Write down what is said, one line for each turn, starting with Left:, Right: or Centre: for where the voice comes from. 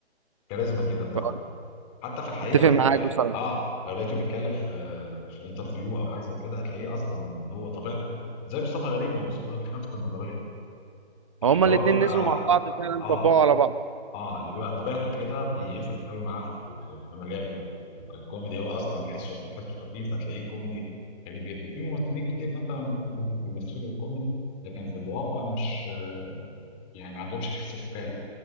Left: كاريزما كده بتاعته
Right: آه،
Left: حتى في الحقيقه
Right: اتفق
Left: لو
Right: معاك
Left: لقى
Right: بصراحه
Left: اه لو لقيته بيتكلم في في انترفيو او حاجه زي كده هتلاقيه اصلا هو طبيعته كده زي مصطفى غريب ما هو مصطفى غريب نفس النظريه
Right: هما
Left: اللي
Right: الاتنين
Left: هو بيبقى
Right: نزلوا مع بعض فعلا
Left: اه
Right: طبقوا على بعض
Left: اه اللي بيبقى طبيعته كده بيفرق قوي معاه في في- في مجاله يعني لو كان كوميدي هو اصلا حسه حسه خفيف هتلاقيه كوميدي خفيف جدا في ممثلين كتير مثلا ممكن يبقوا بيمثلوا كوميدي لكن في الواقع مش يعني ما عندهمش الحس الفكاهي